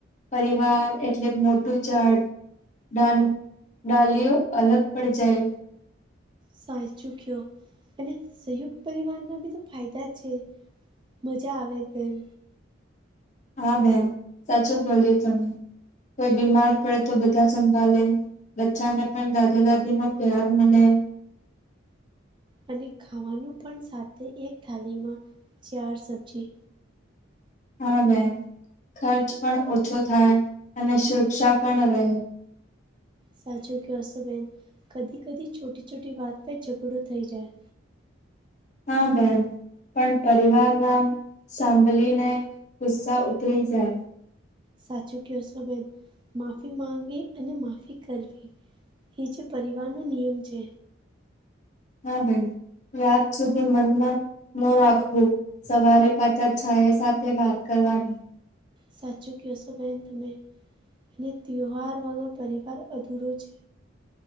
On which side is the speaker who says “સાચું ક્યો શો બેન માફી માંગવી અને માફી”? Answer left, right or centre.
Right